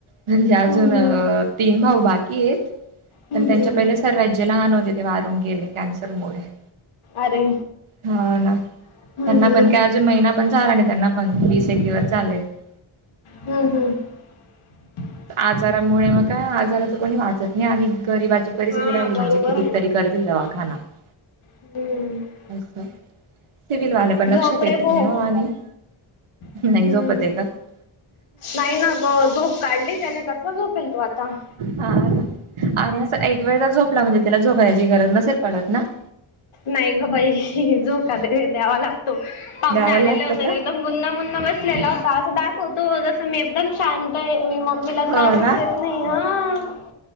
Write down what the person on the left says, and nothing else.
हम्म
हम्म
हम्म
अरे
हम्म
हम्म
हम्म हम्म <unintelligible>
हा
बरोबर
आहे
ना
हम्म
झोप
रे बो
हम्म
नाही ना ग झोप काढली त्याने कसला झोप येल तो आता <unintelligible>
नाही ग बाई झो का द्यावा लागतो पाहुणे
आलेले
होते
<unintelligible> गुन््हा मुन् बसलेला <unintelligible> असं दाखवतो जसं मी एकदम शांत आहे मी मम्मीला
त्रासच
देत नाही ह